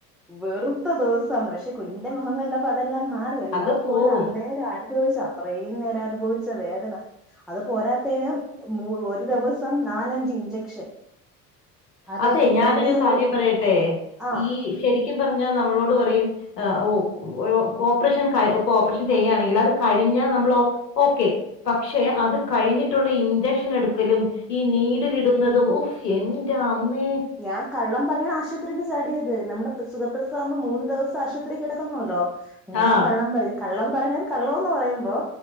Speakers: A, in the centre; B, on the left.
A: വെറുത്ത ദിവസാന്ന് പക്ഷെ കുഞ്ഞിന്റെ മുഖം കണ്ടപ്പോ അതെല്ലാം മാറി എന്നാപോലും
B: അത് പോകും
A: അന്നേരം അനുഭവിച്ച അത്രയും നേരം അനുഭവിച്ച വേദന അത് പോരാത്തേന് ഒരു ദിവസം നാലഞ്ച് ഇഞ്ചക്ഷൻ അത്
B: അതെ ഞാനൊരു
A: പ്രമേഹം
B: കാര്യം
A: കൂട
B: പറയട്ടെ
A: ആഹ്
B: ഈ ശരിക്കും പറഞ്ഞാൽ നമ്മളോട് പറയും ഓ ഓപ്പറേഷൻ ഇപ്പ ഓപ്പറേഷൻ ചെയ്യാ ണെങ്കിൽ അത് കഴിഞ്ഞാൽ നമ്മൾ ഓക്കെ പക്ഷെ അത് കഴിഞ്ഞിട്ടുള്ള ഇഞ്ചക്ഷൻ എടുക്കലും ഈ നീടിലിടുന്നതും ഹോ എന്റെമ്മേ
A: ഞാൻ കള്ളം പറയാൻ ആശ ആശുപത്രിയിൽ നിന്ന് ചാടിയത് നമ്മള് സുഖപ്രസവാബം മൂന്ന് ദിവസംശുത്രിക്ക കെടക്കണോലോ ഞാൻ
B: ആ
A: കള്ളം പറഞ്ഞു കള്ളം പറഞ്ഞത് കള്ളംന്ന് പറയുമ്പോ